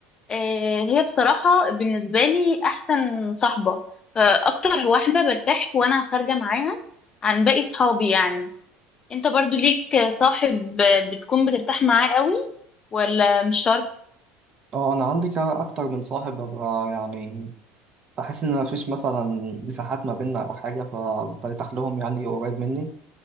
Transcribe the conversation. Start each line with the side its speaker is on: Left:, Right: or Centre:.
Left: آه، هي بصراحة بالنسبة لي احسن صاحبة فاكتر واحدة برتاح وانا خارجة معاها عن باقي صحابي يعني انت برضو ليك صاحب بتكون بترتاح معاه قوي ولا مش شرط
Right: اه انا عندي كا- اكتر من صاحب ببقى يعني بحس ان مفيش مثلا مساحات ما بيننا او حاجه فبرتاح لهم يعني قريب مني